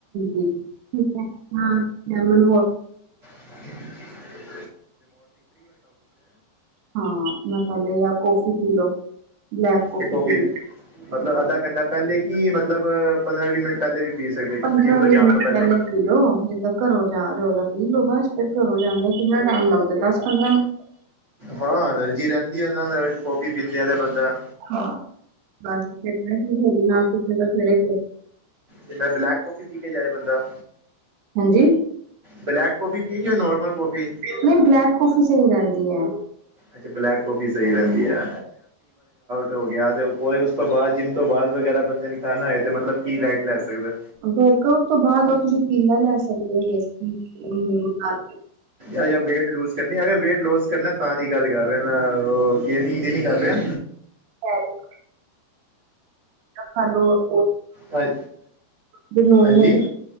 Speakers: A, on the right; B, on the right.
A: ਠੀਕ ਹੈ ਹਾਂ ਲੈਮਨ ਵ
B: ਹ <unintelligible> ਹ
A: ਹਾਂ ਮਸਾਲੇ ਜਾਂ ਕੋਫੀ ਪੀ ਲਓ। ਬਲੈਕ ਕੋਫੀ
B: ਤੇ ਕੌਫੀ
A: ਰ
B: ਮਤਲਬ ਅੱਧਾ ਘੰਟਾ ਪਹਿਲੇ ਕਿ ਮਤਲਬ ਪੰਦਰਾਂ ਵੀਹ ਮਿੰਟ ਪਹਿਲੇ ਵੀ ਪੀ ਸਕਦੇ
A: ਪੰਦਰਾਂ
B: ਜਿੰਮ ਤੋਂ
A: ਵੀਹ
B: ਜਾਣ
A: ਮਿੰਟ
B: ਤੋਂ ਪਹਿਲੇ
A: ਪਹਿਲਾਂ। ਲੋੋ ਜਿੱਦਾਂ ਘਰੋਂ ਜਾ ਰਹੇ ਹੋ ਤਾਂ ਪੀਹ ਲੋਉ ਫਰ ਘਰੋਂ ਜਾਦੇ ਕਿੰਨਾ ਟਾਈਮ ਲੱਗਦਾ ਦਸ ਪੰਦਰਾਂ ਮਿੰਟ।
B: ਹਾਂ ਐਨਰਜੀ ਰਹਿੰਦੀ ਉਹ ਨਾਲ ਕੌਫੀ ਪੀਂਦ ਆ ਤੇ ਬੰਦਾ
A: ਹਾਂ ਬਸ ਫਿਰ ਤੁ ਨਾਲ ਤੁਸੀਂ ਤਾਂ ਸਵੇਰੇ
B: ਜਿਵੇਂ ਬਲੈਕ ਕੋਫੀ ਪੀ ਕੇ ਜਾਏ ਬੰਦਾ,
A: ਹਾਂਜੀ
B: ਬਲੈਕ ਕੌਫੀ ਪੀਏਗੀ ਉਹ ਨਾਰਮਲ ਕੌਫੀ ਏ।
A: ਨਹੀਂ ਬਲੈਕ ਕਾਫੀ ਸਹੀ ਰਹਿੰਦੀ ਏ।
B: ਅੱਛਾ ਬਲੈਕ ਕਫੀ ਸਹੀ ਰਹਿੰਦੀ ਐ। ਹੋ ਗਿਆ ਉਸ ਤੋਂ ਬਾਅਦ ਜਿੰਮ ਤੋਂ ਬਾਅਦ ਵਗੈਰਾ ਬੰਦੇ ਨੇ ਖਾਣਾ ਹੈ ਤੇ ਮਤਲਬ ਕੀ ਡਾਇਟ ਲੈ ਸਕਦਾ?
A: ਵਰਕ -ਆਊਟ ਤੋਂ ਬਾਅਦ ਉਹ ਤੁਸੀਂ ਪੀਲਾ ਲੈ ਸਕਦੇ ਹੋ। ਹਾਂ
B: ਅ ਯ ਵੇਟ ਲੂਜ ਕਰਨੀ ਅਗਰ ਵੇਟ ਲੂਸ ਕਰਨਾ ਤਾਂ ਦੀ ਗੱਲ ਕਰ ਰਹੇ ਮੈਂ ਉਹ ਇਹ ਨੀ ਇਹਦੀ ਨ ਕਰ ਰਿਹਾ।
A: ਹ <inaudible> ਖ ਲੋ ਉਹ
B: ਹਾਂ
A: ਜ ਨੋਨ
B: ਹਾਂਜੀ
A: ਵੈਜ